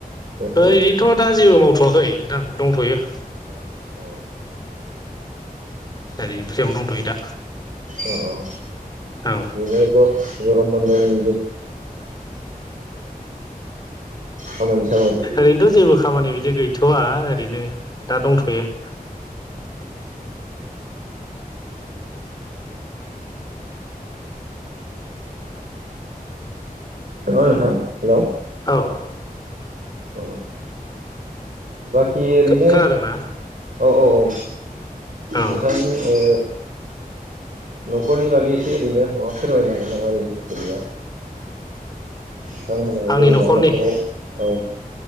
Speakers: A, on the right; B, on the left.
A: दासान्दि
B: ओइ ओदिनोथ' दा जेबो मावथ'वाखै नोंथां दंथ'यो
A: औ औ
B: दै फुजयावनो दंथ'यो दा
A: अ औ
B: औ
A: बिनो ग गरम बन्द'नि खामानि सामानि औ
B: ओरैनोथ' जेबो खामानि बिदि गैथ'वा ओरैनो दा दंथ'यो।
A: <inaudible> ना नोंथां हेल'
B: औ
A: औ बाखि ओरैनो
B: खोनादोंना
A: औ औ औ
B: औ
A: नोंथांनि ओ न'खरनि बागै एसे ओरैनो माबा फोरमायनो होन नामा ओरैनो जेनेबा बिथांमोना
B: आंनि
A: जेनेबा
B: न'खरनि
A: न'खराव औ